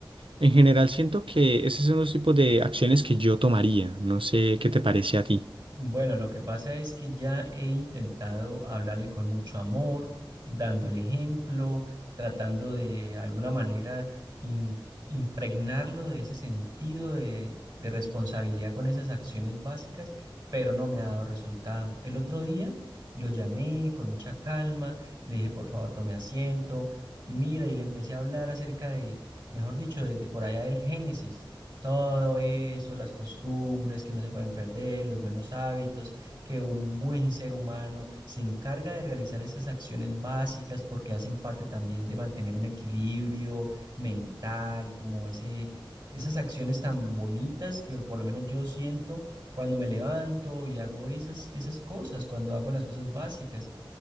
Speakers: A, on the right; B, on the right.
A: En general, siento que esos son los tipos de acciones que yo tomaría. No sé qué te parece a ti.
B: Bueno, lo que pasa es que ya he intentado hablarle con mucho amor, dándole ejemplo, tratando de alguna manera im- impregnarlo de ese sentido de, de responsabilidad con esas acciones básicas, pero no me ha dado resultado. El otro día lo llamé con mucha calma, le dije, por favor, tome asiento, mira, y le empecé a hablar acerca de, mejor dicho, desde por allá del Génesis. Todo eso, las costumbres que no se pueden perder, los buenos hábitos, que un buen ser humano se encarga de realizar esas acciones básicas porque hacen parte también de mantener un equilibrio mental, como ese, esas acciones tan bonitas que por lo menos yo siento cuando me levanto y hago esas, esas cosas, cuando hago las cosas básicas.